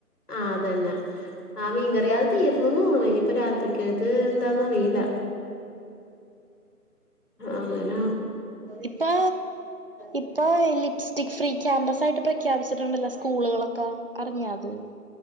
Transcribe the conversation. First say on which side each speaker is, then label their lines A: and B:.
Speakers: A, on the left; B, on the right.
A: ആഹ് അതന്നെ ആ മീൻകറി അത് തീർന്നെന്ന് തോന്നുണ് ഇനിയിപ്പ രാത്രിക്കേക്ക് എന്താന്നറിയില്ല അങ്ങനാ
B: ഇപ്പാ ഇപ്പൊ ലിപ്സ്റ്റിക് ഫ്രീ ക്യാമ്പസായിട്ട് പ്രഖ്യാപിച്ചിട്ടുണ്ടല്ലോ സ്കൂളുകളൊക്കെ അറിഞ്ഞാ അത്